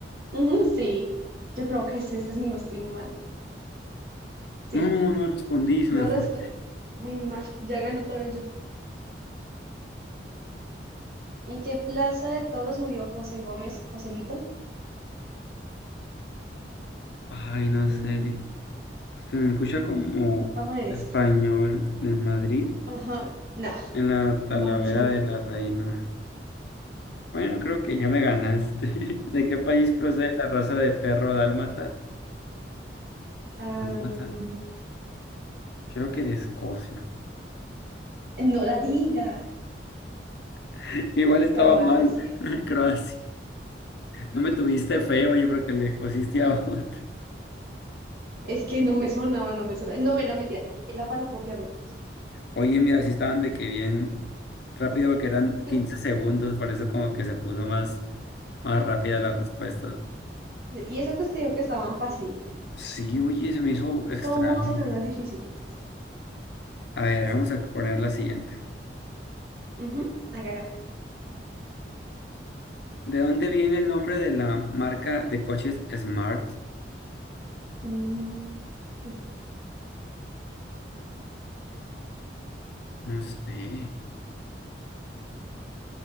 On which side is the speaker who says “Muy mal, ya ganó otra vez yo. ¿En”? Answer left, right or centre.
Right